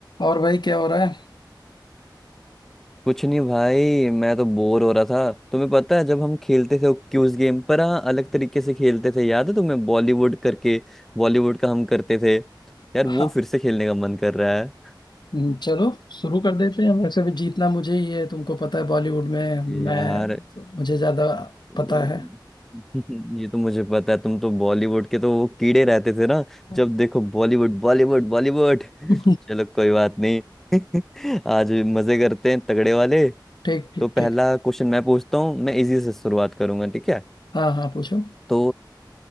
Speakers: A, on the left (about 65°); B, in the centre.
A: और भाई क्या हो रहा है
B: कुछ नहीं भाई मैं तो बोर हो रहा था तुम्हें पता है जब हम खेलते थे क्यूज गेम पर हाँ अलग तरीके से खेलते थे याद है तुम्हें बॉलीवुड करके बॉलीवुड का हम करते थे यार
A: हाँ
B: वो फिर से खेलने का मन कर रहा है
A: हम्म, चलो शुरू कर देते हैं वैसे भी जीतना मुझे ही है तुमको पता है बॉलीवुड में मैं
B: यार
A: मुझे ज्यादा
B: ये
A: पता है
B: <laughs> ये तो मुझे पता है तुम तो बॉलीवुड के तो वो कीड़े रहते थे ना
A: <laughs>
B: जब देखो बॉलीवुड बॉलीवुड बॉलीवुड
A: अ,
B: <laughs> चलो कोई बात नहीं <laughs> आज मजे करते हैं तगड़े वाले
A: ठीक ठीक
B: तो पहला
A: ठीक
B: क्वेश्चन मैं पूछता हूँ मैं इजी से शुरुआत करूंगा ठीक है
A: हाँ हाँ पूछो
B: तो